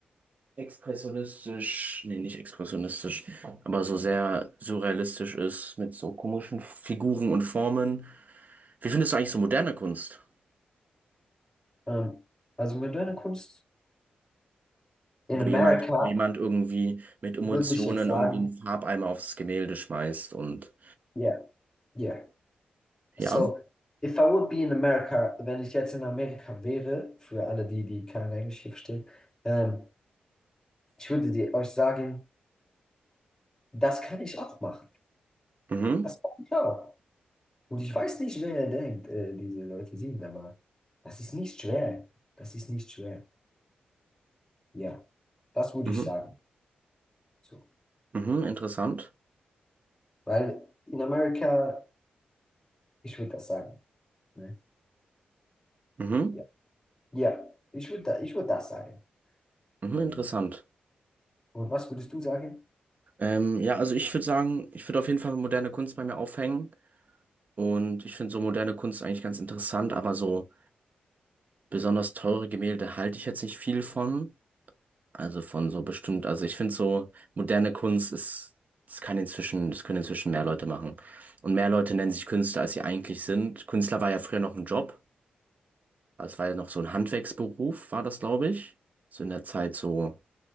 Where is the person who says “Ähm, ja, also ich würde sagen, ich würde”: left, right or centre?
Right